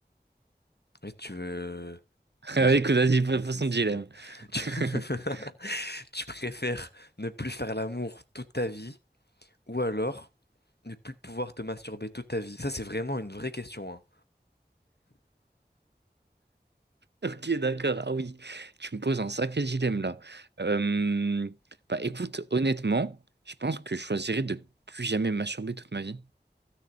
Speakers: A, on the left; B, on the right.
A: Oui, tu veux.
B: <laughs>
A: Ok, j'ai-
B: Écoute, vas-y, fa-
A: vas-y,
B: façon
A: vas-y.
B: dilemme.
A: Tu...
B: <laughs>
A: <laughs> tu préfères ne plus faire l'amour toute ta vie ou alors ne plus pouvoir te masturber toute ta vie? Ça, c'est vraiment une vraie question, hein.
B: Ok, d'accord. Ah oui, tu me poses un sacré dilemme là. Euh, bah écoute, honnêtement, je pense que je choisirais de plus jamais masturber toute ma vie.